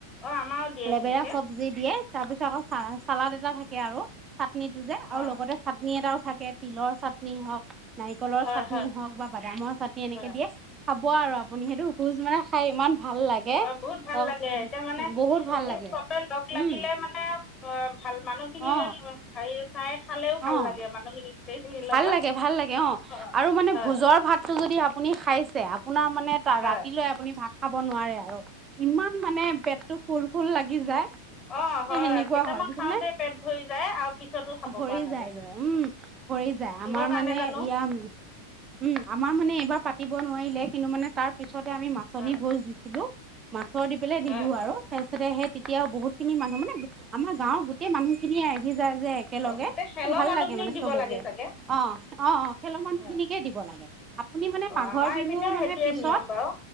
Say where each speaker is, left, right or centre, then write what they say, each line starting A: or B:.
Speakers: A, on the left (about 25°); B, on the right (about 25°).
A: অঁ আমাৰো দিয়ে
B: লেবেৰা
A: সেনেকৈ
B: স্বাজি দিয়ে তাৰ পিছত আকৌ চা চালাদ এটা থাকে আৰু চাটনি তটো যে
A: অঁ
B: আৰু লগতে চাটনি এটাও থাকে তিলৰ চাটনি। চাটনি হওক নাৰিকলৰ
A: হয়
B: চাটনি
A: হয়
B: হওক বা বাদামৰ চাটনি এনেকে
A: হয়
B: দিয়ে খাব আৰু আপুনি সেইটো ভোজ মানে। খাই ইমান ভাল লাগে
A: অ বহুত ভাল
B: ত
A: লাগে এতিয়া মানে
B: বহুত
A: যদি
B: ভাল লাগে
A: চবে লগ
B: উম
A: লাগিলে মানে অ ভাল মান মানুহখিন
B: অ
A: ল হেৰি। চাই খালেও ভাল
B: অ'
A: লাগে মানুহখিনি গোটেইখিনিৰ
B: ভাল
A: লগত
B: লাগে ভাল লাগে অ'
A: অঁ
B: আৰু মানে
A: হয়
B: ভোজৰ ভাতটো যদি। আপুনি খাইছে আপোনাৰ মানে
A: হয়
B: ৰাতিলৈ আপুনি ভাত খাব নোৱাৰে আৰু ইমান মানে পেটতটো ফুল-ফুল লাগি যায়।
A: অ' হয়
B: এ সেনেকুৱা
A: কেইটামান
B: হয় বুজিছানে
A: খাওতে পেট ভৰি যায় আৰু পিছতো খাব।
B: পৰি
A: পৰা নাযায়
B: যায় গৈ উম, পৰি যায়
A: কিহৰ
B: আমাৰ
A: কাৰণে
B: মানে
A: জানো
B: ইয়া উম আমাৰ মানে এইবাৰ পাতিব নোৱাৰিলে কিন্তু মানে তাৰ পিছতে আমি মাচনী
A: হয়
B: ভোজ দিছিলো মাছৰ দি পেলাই দিলো
A: হয়
B: আৰু তাৰপিছতে সেই তেতিয়াও বহুত খিনি মানুহ মানে আমাৰ গাঁৱৰ গোটেই মানুহ খিনিয়ে আহি যায় যে একেলগে
A: অ গোটেই খেলৰ
B: ভাল
A: মানুহখিনিক
B: লাগে মানে
A: দিব
B: চবকে।
A: লাগে চাগে
B: অ-অ-অ খেলৰ মানুহ
A: হয়
B: খিনিকে দিব লাগে আপুনি মানে
A: অ
B: ম মাঘৰ
A: আমাৰ
B: বিহুৰ
A: এইপিনেও
B: মানে
A: সেইটোৱে
B: পিছৰ
A: নিয়ম বাৰু